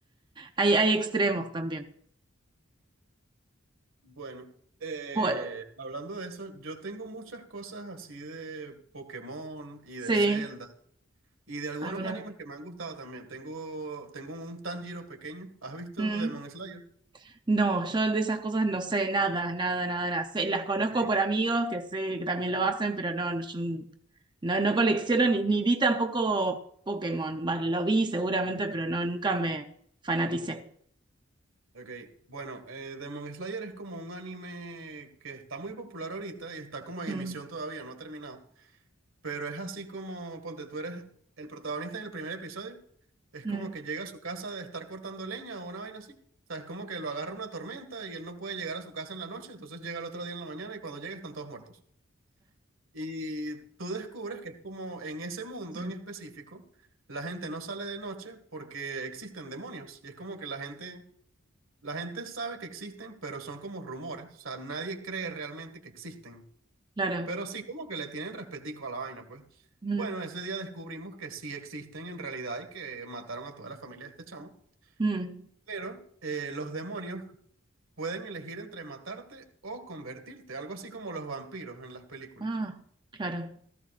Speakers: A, on the right; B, on the right.
A: hay, hay extremos también.
B: bueno. Eh,
A: Bueno,
B: hablando de eso, yo tengo muchas cosas así de Pokémon y
A: sí,
B: de Zelda. Y de algunos
A: ah, mirá.
B: animes que me han gustado también. Tengo, tengo un Tanjiro pequeño. ¿Has visto
A: Mm.
B: Demon Slayer?
A: No, yo de esas cosas no sé nada, nada, nada, nada. Sé- las conozco
B: Ok,
A: por amigos que sé que también lo hacen, pero no, no, yo no, no colecciono
B: bueno,
A: ni, ni vi tampoco Pokémon. Bueno, lo vi seguramente, pero no, nunca me fanaticé.
B: okay, Bueno, eh, Demon Slayer es como un anime que está muy popular ahorita y está como en
A: Mm,
B: emisión todavía, no ha terminado. Pero es así como, ponte, tú eres el protagonista en el primer episodio. Es
A: mm,
B: como que llega a su casa de estar cortando leña o una vaina así. O sea, es como que lo agarra una tormenta y él no puede llegar a su casa en la noche, entonces llega el otro día en la mañana y cuando llega están todos muertos. Y tú descubres que es como en ese mundo
A: mm,
B: en específico, la gente no sale de noche porque existen demonios. Y es como que la gente La gente sabe que existen, pero son como rumores. O sea, nadie cree realmente que existen.
A: claro.
B: Pero sí, como que le tienen respetico a la vaina, pues.
A: Mm,
B: Bueno, ese día descubrimos que sí existen en realidad y que mataron a toda la familia de este chamo.
A: mm.
B: Pero eh, los demonios pueden elegir entre matarte o convertirte, algo así como los vampiros en las películas.
A: Ah, claro.